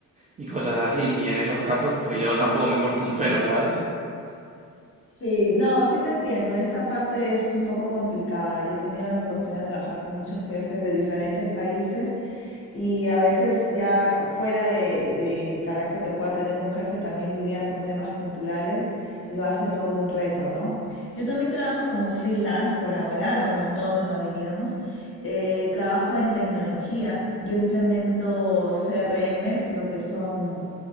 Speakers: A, on the right; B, on the left.
A: y cosas así. Y en esos casos, pues yo tampoco me corto un pelo, ¿sabes?
B: Sí, no, sí te entiendo. Esta parte es un poco complicada. Yo he tenido la oportunidad de trabajar con muchos jefes de diferentes países y a veces ya fuera de, del carácter que pueda tener un jefe, también lidiar con temas culturales lo hace todo un reto, ¿no? Yo también trabajo como freelance por ahora, como autónoma diríamos. Eh, trabajo en tecnología. Yo implemento CRMs, lo que son